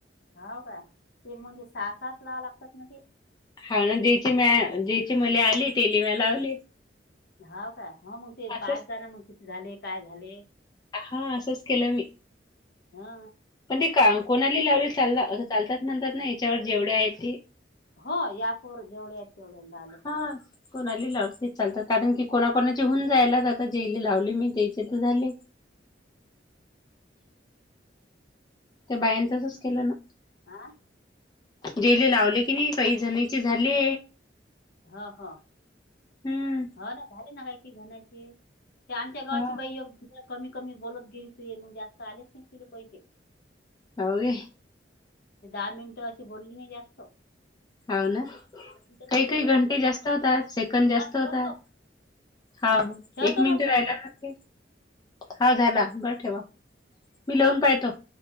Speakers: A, on the left; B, on the left.
A: होव का? ते म्हटले सहा सात लावं लागतात म्हणे
B: हा ना ज्याची मी ज्याची मला आले त्याली मी लावले.
A: हाव का? हो मग ते
B: असंच
A: पाच झाले मग किती झाले काय झाले?
B: हा असंच केलं मी.
A: हा
B: पण ते का कोणाली लावलेल चालला असं चालतात म्हणतात ना याच्यावर जेवढे आहे ते?
A: हो या अँपवर जेवढ्या तेेवढ्या लाव
B: हा कोणाली लावली चालतं कारण की कोणा कोणाचे हून जायला जातात. एक लावले मी तर एकचीचे झाले. त्या बायांच तसच केलं ना?
A: आ?
B: जेली लावले की नाही, काही जणचे झाले.
A: हां हां.
B: हं.
A: हो ना झाले ना, काय की झणायची. ते आमच्या गावाची
B: हा
A: बाई एक तु कमी कमी बोलत गेली तू, म्हणजे असत आलेच नाहीस तिले पैसे.
B: जाऊ दे.
A: ते दहा मिनिटं अशी बोलली नाही जास्त.
B: होव ना.
A: मिनिटं
B: काही
A: तरी
B: काही
A: बोला लागत
B: घंटे जास्त होतात सेकंद जास्त
A: हा ठेवतो
B: होतात. हां,
A: ठेवतो
B: एक मिनिट
A: म्हटलं
B: राहिला न हा झाला. बरं ठेवा, मी लावून पाहतो.